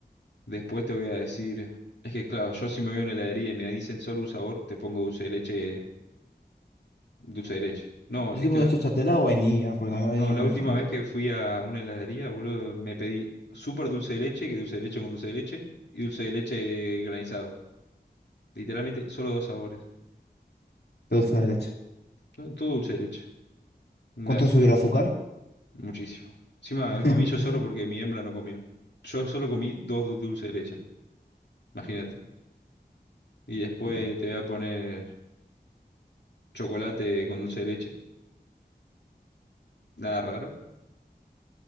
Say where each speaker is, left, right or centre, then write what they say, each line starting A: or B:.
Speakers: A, on the left; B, on the left.
A: Después te voy a decir, es que claro, yo si me voy a una heladería y me dicen solo un sabor, te pongo dulce de leche, dulce de leche. No,
B: Yo
A: es
B: tengo
A: que la-
B: de chochatela o vainilla, porque a mí la vainilla
A: No, la
B: me gusta
A: última
B: mucho.
A: vez que fui a una heladería, boludo, me pedí súper dulce de leche, que dulce de leche con dulce de leche, y dulce de leche granizado. Literalmente, solo dos sabores.
B: De dulce de leche.
A: No, Todo dulce de leche. Nazi.
B: ¿Cuánto subió el azúcar?
A: Muchísimo. Encima,
B: <laughs>
A: el comí yo solo porque mi hembra no comió. Yo solo comí dos du- dulce de leche. Imagínate. Y después
B: Ya.
A: te voy a poner chocolate con dulce de leche. Nada raro.